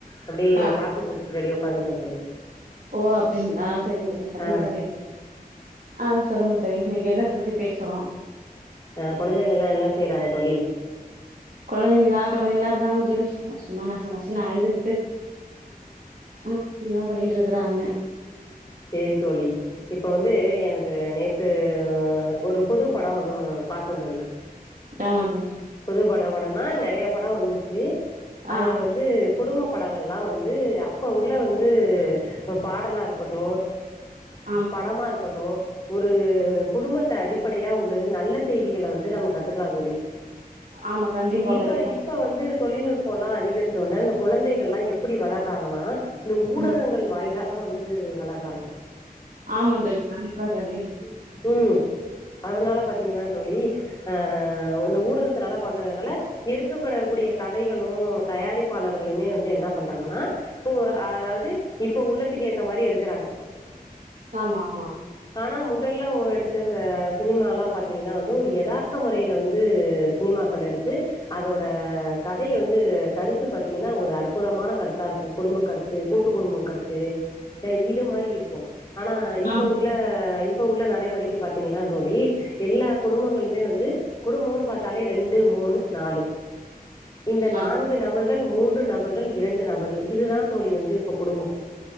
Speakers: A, on the left; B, on the right.
A: அப்படியே
B: ஆ
A: காஃபி குடிச் ரெடியோ ஒக்காந்திருக்கே தோழி
B: ஓ அப்படிங்களா சரிங்க சரி சரிங்க
A: ஆ
B: சரி ஆஹ் சொல்லுங்க தோழி இன்னைக்கு என்னத்த பத்தி பேசறோ
A: ஆஹ் குழந்தைகள்ளாம் என்ன செய்றாங்க தோழி
B: குழந்தைங்களா குழந்தைங்களா இருக்காங்க தோழி சும்மா நச நசன்னு அழுதுகிட்டு இப்டிதா பண்ணி இருக்கறாங்க
A: சேரி தோழி இப்ப வந்து எனக்கு நேத்து ஒரு புது பட ஒண்ணு பாத்தே தோழி
B: ஆமாக்கா
A: புது பட பட ஆனா நறையா பட வந்துச்சு அதுல
B: ஆ
A: வந்து குடும்ப படங்கள்லா வந்து அப்போ உள்ள வந்து பாடலா இருக்கட்டு
B: ஆமா
A: படமா இருக்கட்டு ஒரு குடும்பத்த அடிப்படையா உள்ளது நல்ல செய்திகள வந்து நம்ம கத்துக்கலா தோழி
B: ஆமா கண்டிப்பா
A: இப்ப
B: கண்டிப்பா
A: இப்ப வந்து தொழில்நுட்ப இப்பல்லா அதிகரிச்ச உடனே இந்த குழந்தைகள் எல்லா எப்படி வளர்றாங்கன்னா இந்த ஊடகங்கள்
B: ம்
A: வாயிலாக தா வந்து வளர் ராங்க
B: ஆமா தோழி கண்டிப்பா தோழி
A: ம் ம் அதனால பாத்தீங்கன்னா தோழி அ இந்த ஊடகத்துனால பாக்கறதுனால எடுக்கப்படக்க கூடிய கதைகளு தயாரிப்பாளர்களுமே வந்து என்ன பண்றாங்கன்னா ஓ அதாவது து இப்ப உள்ளத்துக்கேத்தா மாரி எடுக் குறாங்க
B: ஆமா ஆமா
A: ஆனா முதல்ல ஒ எடுத் த்தது சினிமாலா பாத்தீங்கன்னா வந்து ஒரு எதார்த்த முறையில வந்து சினிமாக்கள் எடுத்து அதோட கதைய வந்து கருத்து பாத்தீங்கன்னா ஒரு அற்புதமான கருத்தாருக்கு குடும்ப கருத்து கூட்டு குடும்போ கருத்து ஆ இது மாரி இருக்கு ஆனா இப்ப
B: ஆமா
A: உள்ள அ இப்ப உள்ள நடைமுறைக்கு பாத்தீங்கன்னா தோழி எல்லா குடும்பங்களுமே வந்து குடும்போன்னு பாத்தாலே ரெண்டு மூணு நாலு இந்த
B: ஆமா
A: நான்கு நபர் கள் மூன்று நபர்கள் இரண்டு நபர்கள் இதுதா தோழி வந்து இப்ப குடும்போ